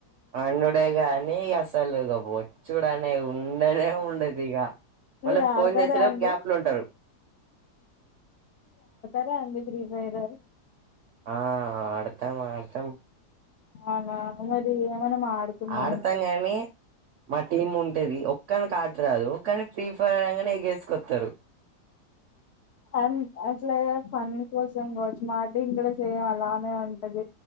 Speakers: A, on the right; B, on the left.
A: అనుడేగాని అసలు. ఇగ బో, చూడు అనేవు ఉండనే ఉండదు. ఇగ
B: మీరు
A: మల్ల ఫోన్
B: ఆడతారా
A: చేస్తానే.
B: అండి
A: గ్యాప్ లో ఉంటారు,
B: అంతే అండి ఫ్రీ ఫైర్రు,
A: ఆ ఆడతాం ఆడతాం
B: అవునా అ మరి, మనం ఆడుతున్నాం
A: ఆడతాం
B: ఇప్పుడు
A: కానీ. మా టీం ఉంటేది. ఒక్కనికి ఆటరాదు కానీ, ఫ్రీ ఫైర్ అనంగనే. ఎగేసుకొస్తారు,
B: అది అ అట్లా ఏదో ఫన్ కోసం. కావచ్చు మా టీమ్ కూడ. సేమ్ అలానే ఉంటది.